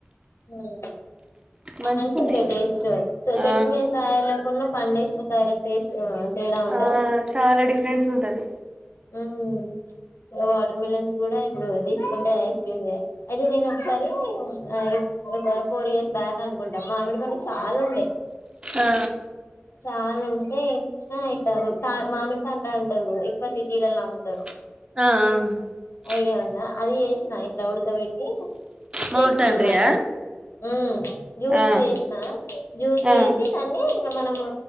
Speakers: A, on the left; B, on the right.
A: ఉమ్మ్
B: మంచిగున్నాయి
A: మంచిగుండే
B: అవి
A: టేస్టు
B: ఆ
A: చెట్టు మీద కాయలకున్న పండేసిన కాయలకు టేస్టు తేడా ఉండదు
B: ఆ చాలా డిఫరెన్స్ ఉంటది
A: ఉమ్మ్ ఇంగ వాటర్ మిలన్ చూడ ఇప్పుడు తీసుకుంటే ఐస్ క్రీమ్ దే అయితే నేను ఒకసారి ఆ ఒక ఫోర్ ఇయర్స్ బ్యాక్ అనుకుంటా మామిడిపండ్లు చాలా ఉండే
B: ఆ
A: చాలా ఉం టే ఇచిన ఇట్ట తా మామిడిపండ్లు అంటారు ఎక్కువ సిటీలలో అమ్ముతారు
B: ఆఆ
A: ఐడియా ఉందా అది చేసినా ఇట్లా ఉడకబెట్టి చేసిన
B: మామిడి తండ్రియా
A: అనమాట ఉమ్మ్ జ్యూస్
B: ఆ
A: చేసినా జ్యూస్
B: ఆ
A: చేసి దాన్ని ఇంగ మనము